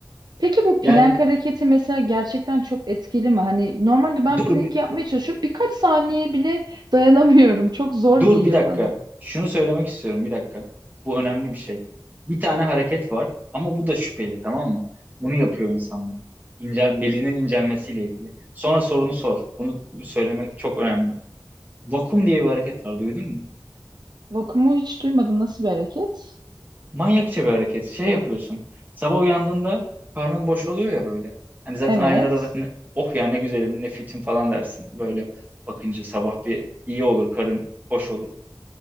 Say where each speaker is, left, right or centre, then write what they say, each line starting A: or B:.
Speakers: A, on the right; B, on the right.
A: Peki bu
B: Yani
A: plank hareketi mesela gerçekten çok etkili mi? Hani normalde ben
B: dur
A: plank
B: bir-
A: yapmaya çalışıyorum. Birkaç saniye bile dayanamıyorum. Çok zor
B: dur
A: geliyor
B: bir dakika.
A: bana.
B: Şunu söylemek istiyorum bir dakika. Bu önemli bir şey. Bir tane hareket var ama bu da şüpheli tamam mı? Bunu yapıyor insanlar. İncel, belinin incelmesiyle ilgili. Sonra sorunu sor. Bunu söylemek çok önemli. Vakum diye bir hareket var duydun mu?
A: Vakumu hiç duymadım. Nasıl bir hareket?
B: Manyakça bir hareket. Şey yapıyorsun. Sabah uyandığında karnın boş oluyor ya böyle. Hani zaten
A: Evet.
B: aynada da zaten oh ya ne güzelim ne fitim falan dersin. Böyle bakınca sabah bir iyi olur karın boş olur.